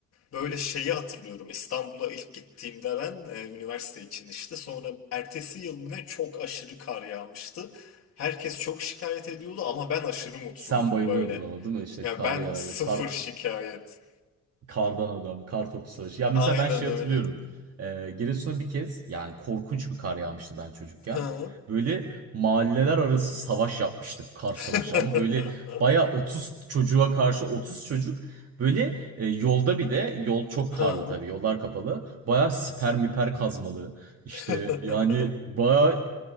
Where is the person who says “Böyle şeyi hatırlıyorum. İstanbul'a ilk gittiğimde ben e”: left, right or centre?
Left